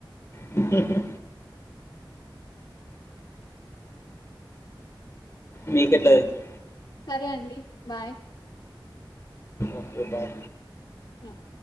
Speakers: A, on the left; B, on the left.
A: హ్మ్ హు మీకు ఎట్ల తెలుసు
B: సరే అండి బాయ్
A: ఓకే బాయ్
B: మ్మ్